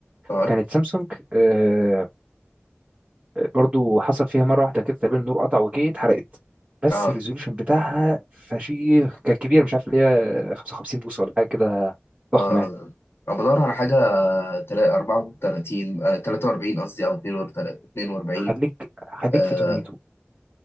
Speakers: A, on the left; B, on the right.
A: اه
B: كانت سامسونج آه، برضو حصل فيها مره واحده كده تقريبا النور قطع وكده اتحرقت بس
A: اه
B: الريزوليوشن بتاعها فشيخ كان كبير مش عارف اللي هي 55 بوصه ولا حاجه كده
A: اه
B: ضخمه يعني.
A: أنا بدور على حاجة تلا- 34 آه 43 قصدي أو 42
B: خليك خليك
A: آه
B: في تورنيدو